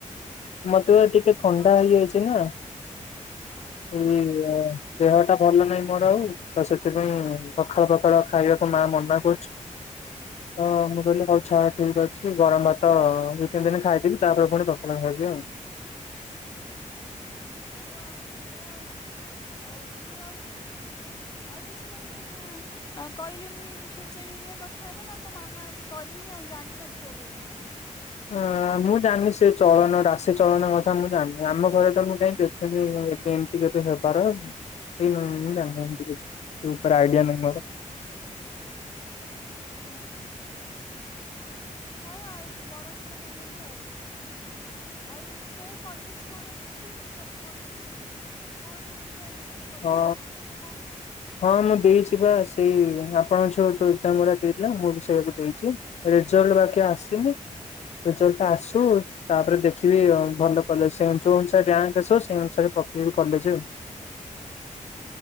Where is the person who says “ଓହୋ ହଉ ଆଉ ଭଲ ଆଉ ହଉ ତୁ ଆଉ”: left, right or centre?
Left